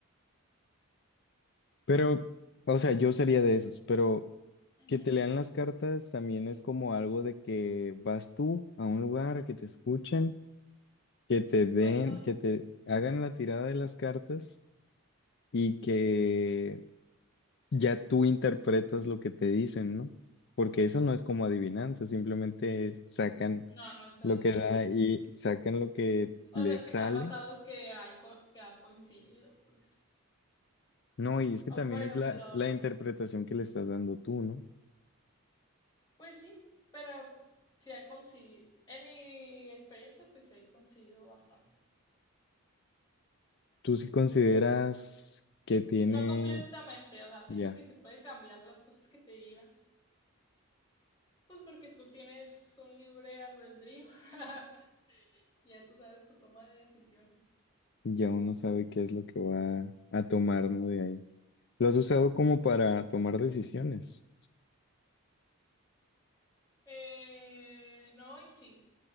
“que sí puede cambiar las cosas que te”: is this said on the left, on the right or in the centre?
Left